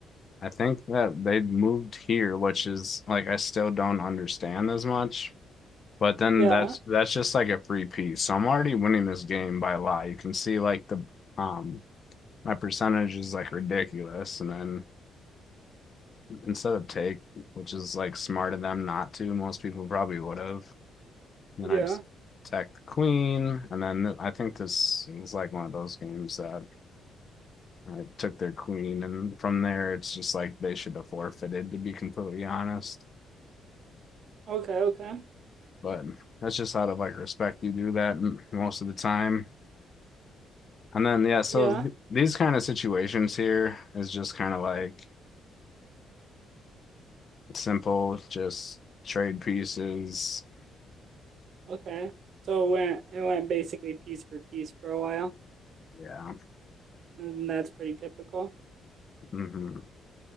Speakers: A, on the left (about 45°); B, on the right (about 65°).
A: I think that they moved here, which is like I still don't understand as much. But then
B: Yeah.
A: that's that's just like a free piece. So I'm already winning this game by a lot. You can see like the um my percentage is like ridiculous, and then. instead of take, which is like smart of them not to. Most people probably would have. And
B: Yeah.
A: then I just attacked the queen, and then I think this is like one of those games that I took their queen, and from there it's just like they should have forfeited, to be completely honest.
B: Okay. Okay.
A: But that's just out of like respect you do that most of the time. And then yeah, so
B: Yeah.
A: th- these kind of situations here is just kind of like simple, just trade pieces.
B: Okay. So it went it went basically piece for piece for a while,
A: Yeah.
B: and that's pretty typical.
A: hmm